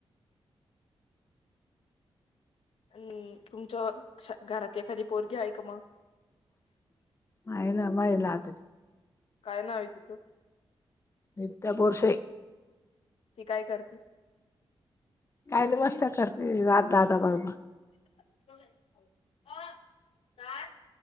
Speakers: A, on the left; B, on the left.
A: अन तुमच्या घरात एखादी पोरगी आहे का मगं?
B: मायला मायला त
A: काय नाव आहे तिच?
B: नित्या बोरफे.
A: ती काय करतील?
B: काही दिवस करते रात दादा बरोबर
A: <unintelligible>